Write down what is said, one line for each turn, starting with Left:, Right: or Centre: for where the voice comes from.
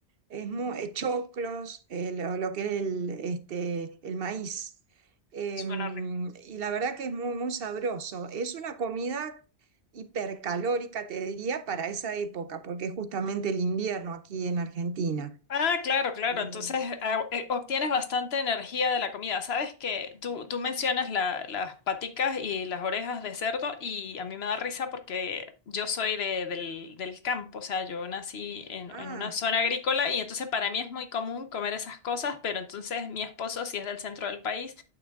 Right: Es mu- eh, choclos, eh, lo, lo que es el, este, el maíz. Em,
Left: Suena rico.
Right: y la verdad que es muy, muy sabroso. Es una comida hipercalórica, te diría, para esa época, porque es justamente el invierno aquí en Argentina.
Left: Ah, claro, claro.
Right: Em,
Left: Entonces ah, eh, obtienes bastante energía de la comida. Sabes que tú, tú mencionas la- las paticas y las orejas de cerdo y a mí me da risa porque yo soy de- del, del campo, o sea, yo nací en,
Right: ah,
Left: en una zona agrícola y entonces para mí es muy común comer esas cosas, pero entonces mi esposo sí es del centro del país